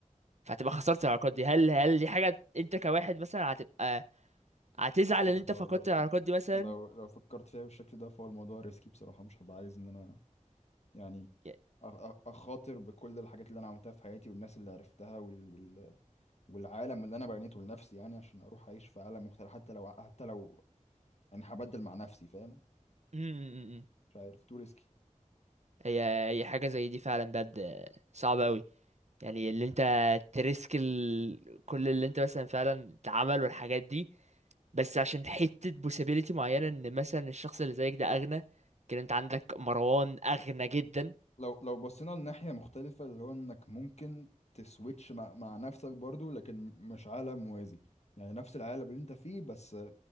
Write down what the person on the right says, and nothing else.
فهتبقى خسرت العلاقات دي هل هل دي حاجه انت كواحد مثلا هتبقى هتزعل
ان انت
فقدت
العلاقات دي مثلا
ي-
م- م- م- م.
هي هي حاجه زي دي فعلا بجد صعبه قوي يعني اللي انت تريسك ال... كل اللي انت مثلا فعلا اتعمل والحاجات دي بس عشان حتة possibility معينة ان مثلا الشخص اللي زيك ده اغنى كده انت عندك مروان اغنى جدا